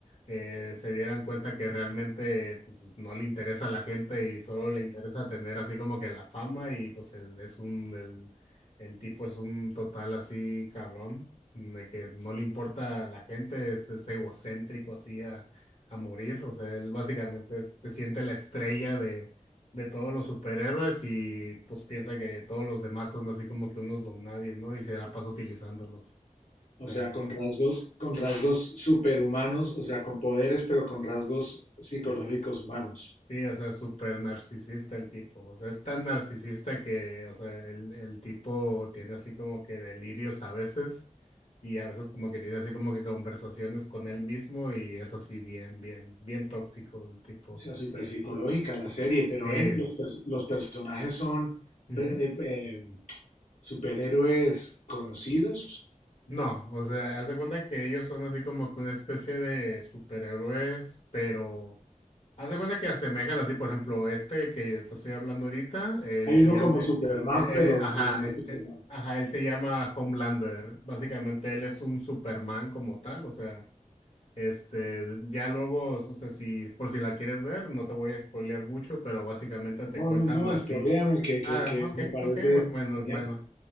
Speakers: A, on the left; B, on the left.
A: eh, se dieran cuenta que realmente pues, no le interesa a la gente y solo le interesa tener así como que la fama y pues él es un, el, el tipo es un total así cabrón, de que no le importa a la gente, es, es egocéntrico así a, a morir, o sea, él básicamente es- se siente la estrella de de todos los superhéroes y pues piensa que todos los demás son así como que unos don nadie, ¿no? Y se la pasa utilizándolos. O
B: O
A: sea,
B: sea, con rasgos, con rasgos superhumanos,
A: es-
B: o sea, con poderes, pero con rasgos psicológicos
A: es-
B: humanos.
A: sí, o sea, súper narcisista el tipo. O sea, es tan narcisista que, o sea, el, el tipo tiene así como que delirios a veces y a veces como que tiene así como que conversaciones con él mismo y es así bien, bien, bien tóxico el tipo.
B: O sea, super psicológica
A: Y,
B: la
A: <laughs>
B: serie,
A: sí.
B: pero
A: sí.
B: ven, los, pers- los personajes son
A: Ujú.
B: eh, eh, superhéroes conocidos.
A: No, o sea, haz de cuenta que ellos son así como que una especie de superhéroes, pero haz de cuenta que asemejan así, por ejemplo, este que te estoy hablando ahorita, él
B: Hay
A: se
B: uno
A: llama,
B: como
A: eh,
B: Superman,
A: él- él-
B: pero,
A: ajá,
B: pero no
A: eh,
B: es Superman.
A: eh, ajá, él se llama Homelander. Básicamente él es un Superman como tal, o sea, este, ya luego, o sea, si por si la quieres ver, no te voy a spoilear mucho, pero básicamente te
B: No,
A: cuentan
B: no, no,
A: así.
B: spoiléame, que,
A: Ah,
B: que, que
A: ok,
B: me parece
A: ok, bu- bueno,
B: genial.
A: bueno.